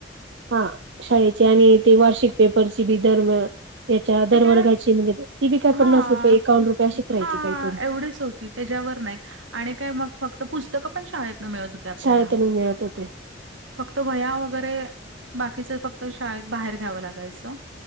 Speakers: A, on the right (about 65°); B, on the right (about 85°).
A: हा, शाळेचे आणि ते वार्षिक पेपरची बी दर म त्याच्या दरवर्गाची
B: ते काय
A: म्हणजे ती बी काय पन्नास
B: हां,
A: रुपये एक्कावन रुपये अशीच राहायची
B: हां,
A: काही तरी.
B: एवढीच होती त्याच्यावर नाही आणि काय मग फक्त पुस्तकं पण, शाळेतन मिळत होती आपल्याला.
A: शाळेतून मिळत होते
B: फक्त वह्या वगैरे बाकीचं फक्त शाळेत बाहेर घ्याव, लागायचं.